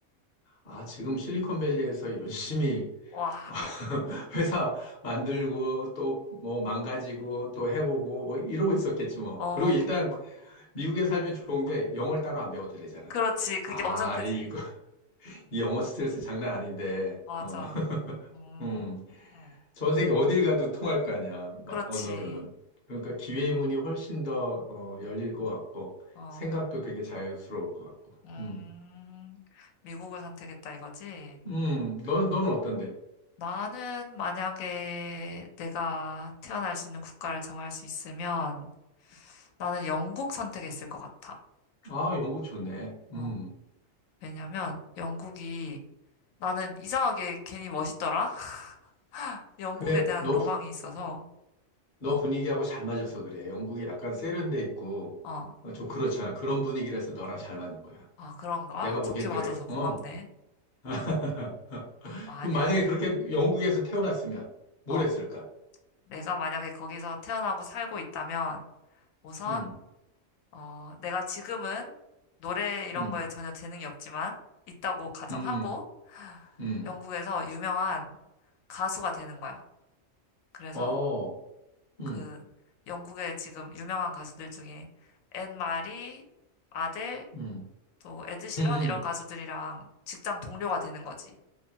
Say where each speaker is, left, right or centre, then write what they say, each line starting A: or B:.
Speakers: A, on the left; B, on the left.
A: 아, 지금 실리콘밸리에서 열심히
B: 와,
A: <laughs> 회사 만들고 또 뭐 망가지고 또 해보고 뭐 이러고 있었겠지 뭐.
B: 어,
A: 그리고 일단 미국에 살면 좋은 게 영어를 따로 안 배워도 되잖아.
B: 그렇지. 그게
A: 아,
B: 엄청 크지.
A: 이거 <laughs> 이 영어 스트레스 장난 아닌데.
B: 맞아.
A: 어, <laughs>
B: 음,
A: 음,
B: 음.
A: 전 세계 어딜 가도 통할 거 아니야.
B: 그렇지.
A: 마- 언어로는. 그러니까 기회의 문이 훨씬 더 어, 열릴 것 같고
B: 어,
A: 생각도 되게 자유스러울 것 같고.
B: 음,
A: 음,
B: 미국을 선택했다 이거지?
A: 음, 넌, 는 어떤데?
B: 나는 만약에 내가 태어날 수 있는 국가를 정할 수 있으면 나는 영국 선택했을 것 같아.
A: 아, 영국 좋네.
B: 어,
A: 음,
B: 왜냐면 영국이 나는 이상하게 괜히 멋있더라? <laughs> 영국에
A: 그래,
B: 대한
A: 너
B: 로망이 있어서,
A: 너
B: 어,
A: 분위기하고 잘 맞아서 그래. 영국이 약간 세련돼 있고,
B: 어,
A: 어, 좀 그렇잖아. 그런 분위기라서 너랑 잘 맞는 거야.
B: 아, 그런가?
A: 내가 보기엔
B: 좋게 봐줘서
A: 그래.
B: 고맙네.
A: 어. <laughs>
B: 만약에,
A: 그럼 만약에 그렇게 영국에서 태어났으면 뭘
B: 어,
A: 했을까?
B: 내가 만약에 거기서 태어나고 살고 있다면 우선,
A: 음,
B: 어, 내가 지금은 노래 이런
A: 음,
B: 거에 전혀 재능이 없지만 있다고 가정하고
A: 음, 음,
B: 영국에서 유명한 가수가 되는 거야. 그래서
A: 어, 음,
B: 그 영국의 지금 유명한 가수들 중에 앤 마리, 아델,
A: 음,
B: 또 에드시런
A: 음, 음,
B: 이런 가수들이랑 직장 동료가 되는 거지.